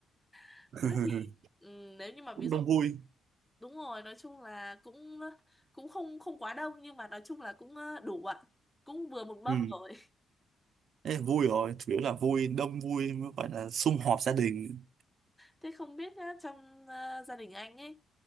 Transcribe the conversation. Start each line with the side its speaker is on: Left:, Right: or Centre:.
Centre: <laughs>
Right: <laughs>
Centre: Thế thì ừm, nếu như mà
Right: cũng
Centre: ví dụ
Right: đông vui
Centre: đúng rồi nói chung là cũng cũng không không quá đông nhưng mà nói chung là cũng ờ, đủ ạ cũng vừa một mâm
Right: ừ
Centre: rồi
Right: thế là vui rồi chủ yếu là
Centre: <laughs>
Right: vui đông vui mới gọi là sum họp gia đình
Centre: thế không biết nhá, trong ờ, gia đình anh ấy